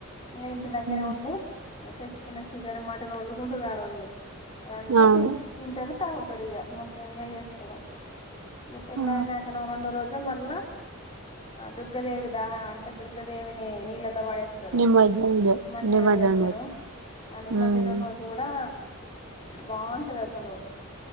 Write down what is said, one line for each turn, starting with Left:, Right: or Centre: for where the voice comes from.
Left: ఇంగ ఇంటి దగ్గరే
Right: ఉమ్
Left: ఉండడి ఇక తెచ్చుకున్నా చికెన్ మట ఇంగ వండకుంటారు ఆరోజు ఇక అదంత
Right: అవును
Left: తిన్ తింటారు. తాగుతారు ఇగ మొత్తం ఎంజాయ్ చేస్తారు. ఇక తెల్లారినాకనో
Right: ఆ
Left: రెండో రోజు మళ్ళా ఆ దుర్గదేవి దహనం అంటే దుర్గాదేవిని నీళ్ళ ల్లో వడేస్తారు
Right: నిమజ్జనం జ
Left: నిమజ్జనం చేస్తారు
Right: జ
Left: ఆ నిమజ్జ
Right: ఉమ్
Left: నమ్ రోజు కూడా బాగుంటదసలు